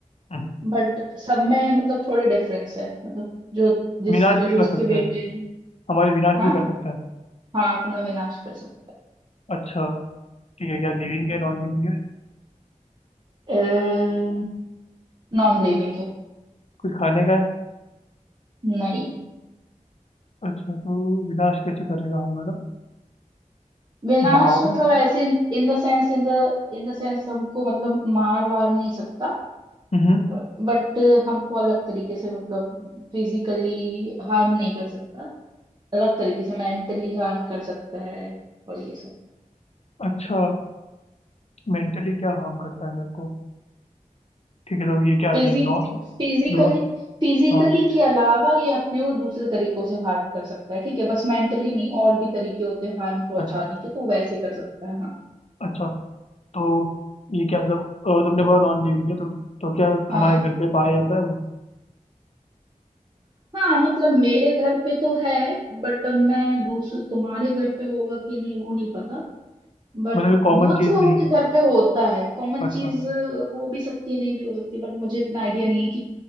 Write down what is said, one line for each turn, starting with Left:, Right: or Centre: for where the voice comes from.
Left: हम्म।
Right: बट सब में मतलब थोड़े डिफरेंस है मतलब जो जिसके
Left: विनाश भी
Right: जो उसके
Left: कर सकता
Right: बेटे
Left: है
Right: हैं
Left: हमारे विनाश
Right: हाँ
Left: भी कर सकता है
Right: हाँ अपना विनाश कर सकता
Left: अच्छा ठीक है क्या लिविंग है नॉन लिविंग है
Right: है नॉन लिविंग है
Left: कुछ खाने का है
Right: नहीं
Left: अच्छा तो विनाश कैसे करेगा हमारा
Right: विनाश
Left: भावन
Right: मतलब ऐसे in the sense in the in the sense हमको मतलब मार वार नहीं सकता
Left: हम्म
Right: बट हमको अलग तरीके से मतलब फिजिकली हार्म नहीं कर सकता अलग तरीके से मेंटली हार्म कर सकता है और ये सब
Left: अच्छा मेंटली क्या हार्म करता है मेरे को ठीक है तो ये क्या है
Right: फिजिक
Left: ये नो
Right: फिजिकली
Left: नो
Right: फिजिकली
Left: हाँ
Right: के अलावा ये अपने को दूसरे तरीकों से हार्म कर सकता है ठीक है बस मेंटली नहीं और भी तरीके होते हैं हार्म पहुंचाने
Left: अच्छा
Right: के तो वैसे कर सकता है हाँ
Left: अच्छा तो ये क्या मतलब अ, तुमने बोला नॉन लिविंग है तो तो क्या
Right: हाँ
Left: हमारे घर पे पाया जाता है वो
Right: हाँ मतलब मेरे घर पे तो है बट मैं दूसरे तुम्हारे घर पे होगा कि नहीं वो नहीं पता बट
Left: मतलब ये कॉमन
Right: बहुत
Left: चीज
Right: से लोगों
Left: नहीं
Right: के
Left: है
Right: घर पे होता है कॉमन
Left: अच्छा
Right: चीज हो भी सकती है नहीं भी हो सकती बट मुझे इतना आइडिया नहीं है कि